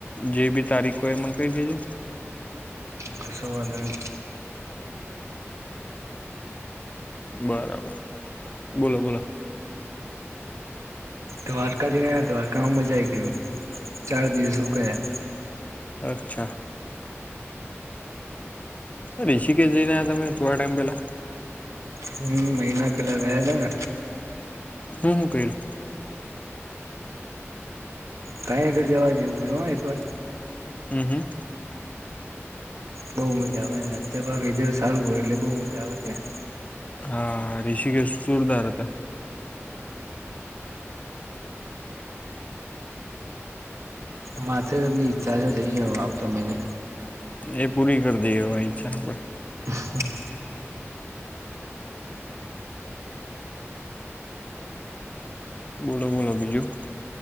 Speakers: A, on the left; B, on the right.
A: જે બી તારીખ હો એ મને ક દેજો.
B: કશોવાધો નહી.
A: બરાબર બોલો બોલો.
B: દ્વારકા જ દ્વારકામાં મજા આવી ગું ચાર દિવસ શું ક્યા
A: અચ્છા. બેસીી કે જઈ ના તમે થોડા ટાઈમ પેલા.
B: હમ મહિના પેલા ગયા તા ને.
A: હું હું કરયુ.
B: કંઈ આગર જવા જેવું છે એક વાર
A: હમ હમ.
B: બઉુ મજા આવે અત્યાર વેધર સારું હોય એટલે બહુ મજા આવે ત્યાં.
A: હા રિષિક એસુ ચૂરદાર હતા.
B: માથે તમને ઈચ્છા છે જઈએ હ આવતા મહીને.
A: એ પૂરી કરી દે હવા ઈચ્છા આપડે.
B: હમ.
A: બોલો બોલો બીજું.